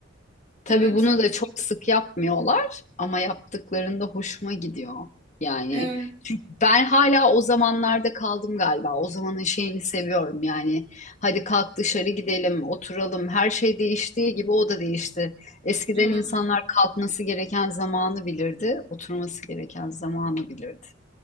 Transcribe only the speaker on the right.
Evet.
Evet.
Evet.